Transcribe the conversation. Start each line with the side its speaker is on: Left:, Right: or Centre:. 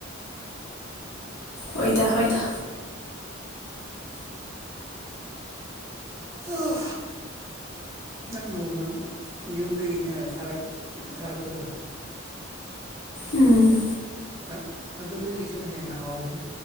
Left: ꯑꯣꯏꯗ ꯍꯣꯏꯗ
Right: ꯑꯣ ꯅꯪ ꯅꯣꯡꯃ ꯌꯨꯝꯗꯒꯤꯅꯦꯅ ꯊꯥꯔꯛꯄꯗꯣ
Left: ꯎꯝ
Right: ꯈꯛ ꯑꯗꯨꯗꯒꯤꯁꯨ ꯍꯦꯟꯅ ꯍꯥꯎꯕꯅꯤ